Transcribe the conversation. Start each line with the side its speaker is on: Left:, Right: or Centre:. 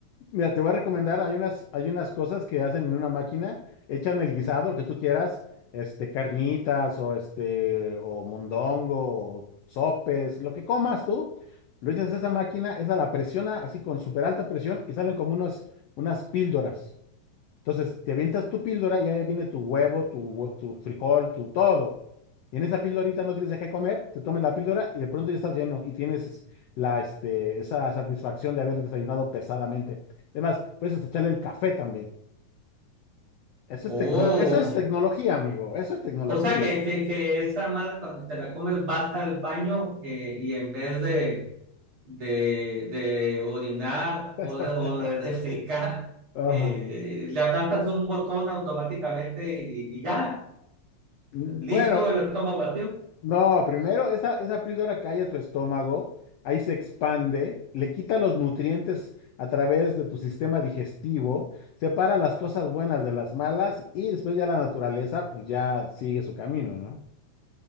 Left: Mira, te voy a recomendar, hay unas, hay unas cosas que hacen en una máquina, echan el guisado, lo que tú quieras, este, carnitas o este, o mondongo, o sopes, lo que comas tú, lo echas a esa máquina, esa la presiona así con súper alta presión y salen como unos, unas píldoras. Entonces, te avientas tu píldora y ahí viene tu huevo, tu, hue- tu frijol, tu todo. Y en esa píldorita no tienes de qué comer, te tomas la píldora y de pronto ya estás lleno y tienes es- la, este, esa satisfacción de haber desayunado pesadamente. Además, puedes hasta echarle el café también. Eso
Right: Oh,
Left: es tecno- eso es tecnología, amigo. Eso es tecnología.
Right: O sea que, que, que esa madre cuando te la comes vas al baño eh, y en vez de, de, de orinar
Left: <laughs>
Right: o de, o de defecar,
Left: Ajá.
Right: eh, le aplastas un botón automáticamente y, y ya,
Left: Mm,
Right: listo
Left: Bueno,
Right: el estómago vacío.
Left: No, primero, esa, esa píldora calla tu estómago, ahí se expande, le quita los nutrientes a través de tu sistema digestivo, separa las cosas buenas de las malas y después ya la naturaleza pues ya sigue su camino, ¿no?